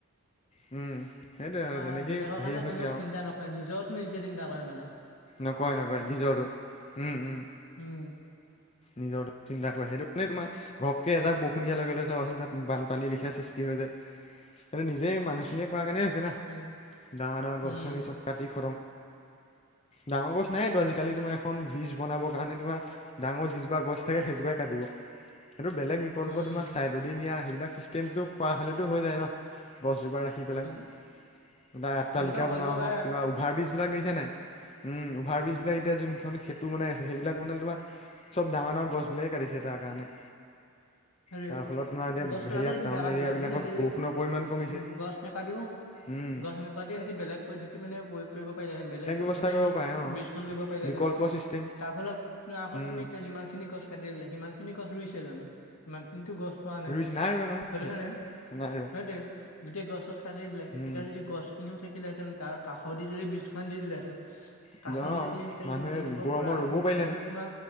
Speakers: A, on the left; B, on the left.
A: উম সেইটোৱে আৰু
B: <unintelligible>
A: তেনেকেই
B: বেলেগৰ কাৰণে
A: হেৰি হৈছে
B: কোনেও
A: আৰু
B: চিন্তা নকৰে নিজৰটো নিজে চিন্তা কৰে মানে
A: নকয় নকয় নিজৰো উম উম
B: উম,
A: নিজৰটো চিন্তা কৰে সেইটো কাৰণে তোমাৰ ঘপকে এজাক বহৰষুণ দিয়াৰ লগে লগে চাবাচোন তাত বানপানী লিখা সৃষ্টি হয় <unintelligible> নিজে মানুহখিনিয়ে কৰা কাৰণে হৈছে না
B: উম,
A: ডাঙৰ ডাঙৰ
B: উম,
A: গছনি চব কাটি <inaudible> ডাঙৰ গছ নাইয়েটো আজিকালি তোমাৰ এখন বীজ বনাব কাৰণে তোমাৰ ডাঙৰ <unintelligible> গছ চাগে সেইজোপাই কাটিব। সেইটো বেলেগ বিকল্প
B: উম,
A: তোমাৰ চাই দুদিনীয়া, এই বিলাক চিষ্টেমটো কৰা হ'লেতো হৈ যায় ন, গছজোপাৰে <unintelligible>
B: উম,
A: এটা
B: উম,
A: অট্টালিকা
B: তেনেকুৱা কৰিব
A: বনায় হওক
B: পাৰে
A: কিবা অভাৱ ব্ৰীজ বিলাক দেখিছা নাই? উম অভাৰ ব্ৰীজ বিলাক এতিয়া যোনখন সেতু বনাই আছে সেইবিলাক বনালে তোমাৰ চব ডাঙৰ ডাঙৰ গছবিলাকে কাটিছে তাৰ কাৰণে।
B: <inaudible> হেৰি
A: তাৰ ফলত তোমাৰ এতিয়া
B: গছ কটাটো
A: হেৰিয়াত
B: সেইটো
A: টাউন
B: বেয়া কাম
A: এৰিয়াবিলাকত
B: কৰিছে, কিন্তু হেৰি যদি
A: বৰষুণৰ পৰিমাণ কমিছে।
B: উ গছ নেকাটিও
A: উম,
B: গছ নেকাটি সেতি বেলেগ পদ্ধতি মানে প্ৰয়োগ কৰিব পাৰিলে হেতেন, বেলেগ পদ্ধতিৰো
A: ব্যৱস্থা কৰিব পাৰে অ'।
B: ব্ৰীজখন দিব পাৰিলে
A: বিকল্প
B: হেতেন।
A: ছিষ্টেম
B: তাৰ ফলত তাৰ ফলত
A: উম,
B: তুমি এতিয়া যিমান খিনি গছ কাটি দিলে, সিমান খিনি গছ ৰুইছে জানো। সিমানখিনিতো গছ ৰোৱা নাই
A: ৰুইছে ৰোৱা নহয়,
B: সেইটো কাৰণে
A: নাই ৰোৱা
B: সেইটোৱে গোটেই গছ ঠছ কাটি দিলে,
A: উম।
B: এতিয়া যদি গছখিনিও থাকে। থাকিলে হেতেন তাৰ কাষৰ দি যদি বিছখন দি দিলেঁ হেতেন,
A: অ'
B: কাখে দি যদি এনেকে
A: মানুহে
B: যদি দি দিব
A: গৰমত
B: পৰা হেতেন,
A: ৰ'বও পাৰিলেহেঁতেন,
B: তেতিয়াটো তোমাৰ